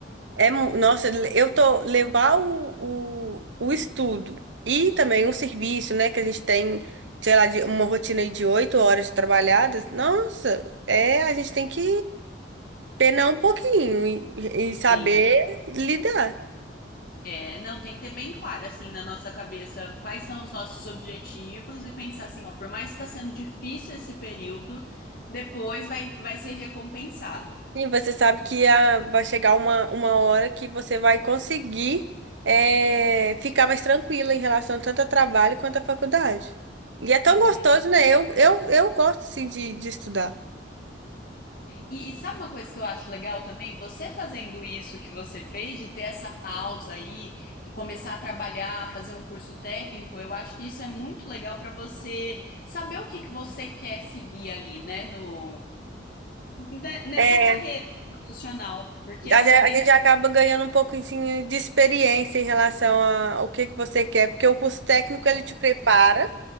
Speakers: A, on the right (about 85°); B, on the left (about 50°).
A: É, mu- nossa, eu tô levar o, o, o estudo e também um serviço, né, que a gente tem, sei lá, de uma rotina aí de oito horas trabalhadas. Nossa, é, a gente tem que penar um pouquinho e, e saber
B: Sim.
A: lidar.
B: É, não, tem que ter bem claro, assim, na nossa cabeça quais são os nossos objetivos e pensar assim, ó, por mais que está sendo difícil esse período, depois vai, vai ser recompensado.
A: E você sabe que a, vai chegar uma, uma hora que você vai conseguir é, ficar mais tranquila em relação tanto ao trabalho quanto à faculdade. E é tão
B: Uhum.
A: gostoso, né? Eu, eu, eu gosto, assim, de, de estudar.
B: E, e sabe uma coisa que eu acho legal também? Você fazendo isso que você fez, de ter essa pausa aí e começar a trabalhar, fazer um curso técnico, eu acho que isso é muito legal para você saber o que que você quer seguir ali, né, no, ne- nessa
A: É,
B: carreira profissional, porque eu
A: A
B: acabei.
A: ge- a gente acaba ganhando um pouco assim, de experiência em relação a- ao que que você quer, porque o curso técnico ele te prepara,